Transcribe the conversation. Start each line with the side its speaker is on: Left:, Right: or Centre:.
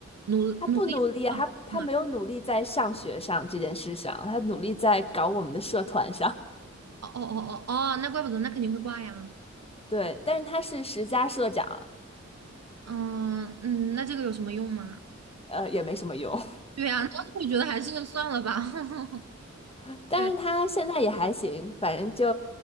Right: 努努力放松啊，
Left: 他不努力啊，他他没有努力在上学上这件事上，他努力在搞我们的社团上。
Right: 哦哦哦哦哦，那怪不得，那肯定会挂呀，
Left: <laughs> 对，但是他是十佳社长，
Right: 嗯嗯，那这个有什么用吗？
Left: 呃，也没什么用。
Right: 对呀，那我觉得还是算了吧，<laughs>
Left: <laughs> 但是他现在也还行，
Right: 对，
Left: 反正就